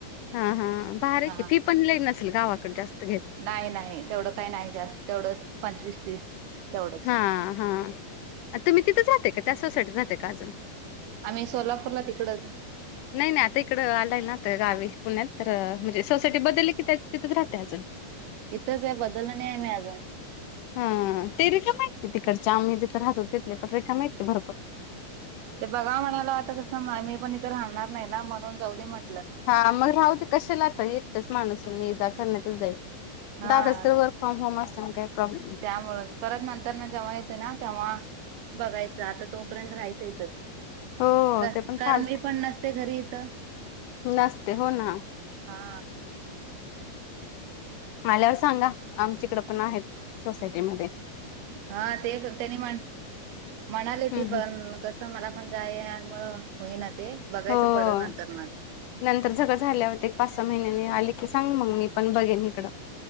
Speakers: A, on the left (about 75°); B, on the right (about 85°).
A: हा हा, भारी ये
B: हा
A: की फी पण लई नसल गावाकड जास्त घेत.
B: नाही नाही तेवढं काही नाही जास्त तेवढंच पंचवीस तीस. तेवढंच
A: हा हा, आणि तुम्ही तिथंच राहताय का, त्याच सोसायटीत राहताय का अजून?
B: आम्ही सोलापूरला तिकडच.
A: नाही नाही आता इकडं आलाय ना, तर गावी पुण्यात तर म्हणजे सोसायटी बदली की त्या तिथंच राहताय अजून? <inaudible>
B: इथंच हाय बदललो नाही आम्ही अजून.
A: हा हा ते रिकाम्या आहेत की तिकडच्या आम्ही जिथं राहतो तिथले पण रिकामे आहेत की भरपूर.
B: ते बघा म्हणाला आता कसं मी पण इथ राहणार नाही ना म्हणून जाऊ देे म्हटलं.
A: हा मग राहूदे कशाला आता एकटच माणूसन येजा करण्यातच जाईल.
B: हा
A: दादाच तर वर्क फ्राॅम होम असल्यान काही प्रॉब्लेम नाही.
B: त्यामुळच परत नंतरन जेव्हा येतं ना तेव्हा, बघायचं आता तोपर्यंत राहायचं इथंच.
A: हो
B: कार
A: ते पण चालते
B: कारण मी पण नसते घरी इथं.
A: नसते हो ना.
B: हा
A: आल्यावर सांगा आमच्याकड पण आहेत सोसायटीमधे.
B: हा ते त्यानी मांड. म्हणाली
A: हम्म
B: ती पण
A: हम्म
B: कसं मला पण जाय यायमुळं होई ना ते बघायचं
A: हो
B: परत नंतरन आता.
A: नंतर सगळं झाल्यावर एक पाच सहा महिन्यानी आली की सांग मग मी पण बघेन इकडं.